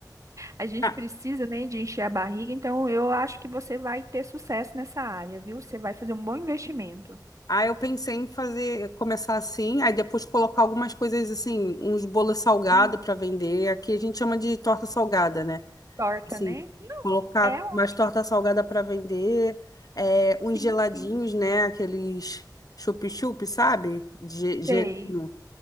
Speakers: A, on the right; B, on the left.
A: A gente
B: Ah,
A: precisa, né, de encher a barriga, então eu acho que você vai ter sucesso nessa área, viu? Você vai fazer um bom investimento.
B: Aí eu pensei em fazer, começar assim, aí depois colocar algumas coisas assim, uns bolos salgados
A: Hum,
B: para vender. Aqui a gente chama de torta salgada, né?
A: Torta,
B: Sim,
A: né? Não,
B: colocar
A: é o
B: mais torta salgada para vender, é, uns
A: Sim,
B: geladinhos,
A: sim.
B: né? Aqueles chup-chup, sabe? De gelinho,
A: Sei,